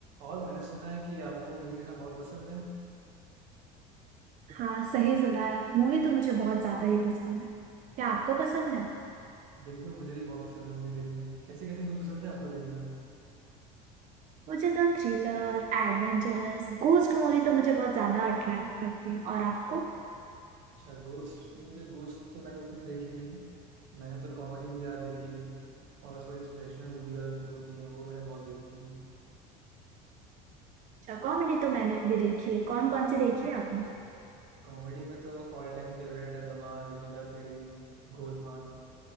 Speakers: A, on the right; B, on the right.
A: और मैंने सुना है कि आपको मूवी देखना बहुत पसंद है
B: हाँ सही सुना है मूवी तो मुझे बहुत ज्यादा ही पसंद है क्या आपको पसंद है
A: बिल्कुल मुझे भी बहुत पसंद है मूवी देखना कैसी कैसी मूवी पसंद है आपको देखना
B: मुझे तो थ्रिलर एडवेंचरस गोस्ट मूवी तो मुझे बहुत ज्यादा अट्रैक्ट करती है और आपको
A: अच्छा गोस्ट नहीं मुझे गोस्ट तो मैंने उतनी देखी नहीं मैंने तो कॉमेडी मूवी ज़्यादा देखी है और थोड़ी इंस्पिरेशनल मूवी ज़्यादा होती है वो मैंने बहुत देखी है
B: अच्छा कॉमेडी तो मैंने भी देखी है कौन कौन सी देखी है आपने
A: कॉमेडी में तो ऑल टाइम फेवरेट है धमाल हेरा फेरी गोलमाल